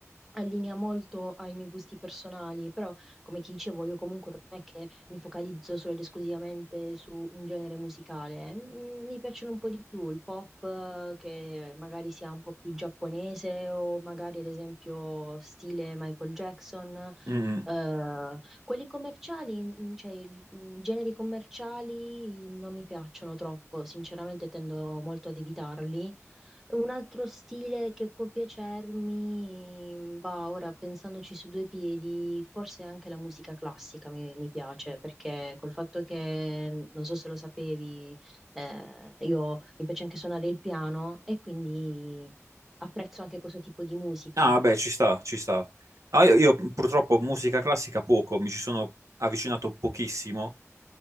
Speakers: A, in the centre; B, on the right (about 75°).
A: allinea molto ai miei gusti personali, però come ti dicevo io comunque non è che mi focalizzo solo ed esclusivamente su un genere musicale, Mm, mi piacciono un po' di più il pop eh, che magari sia un po' più giapponese o magari ad esempio stile Michael Jackson.
B: Mm.
A: Eh, quelli commerciali, mm, cioè il- i generi commerciali non mi piacciono troppo, sinceramente tendo molto ad evitarli. Un altro stile che può piacermi, bah, ora pensandoci su due piedi, forse anche la musica classica mi, mi piace, perché col fatto che, non so se lo sapevi, eh, io mi piace anche suonare il piano e quindi apprezzo anche questo tipo di musica.
B: Ah, beh, ci sta, ci sta. Ah, io io purtroppo musica classica poco, mi ci sono avvicinato pochissimo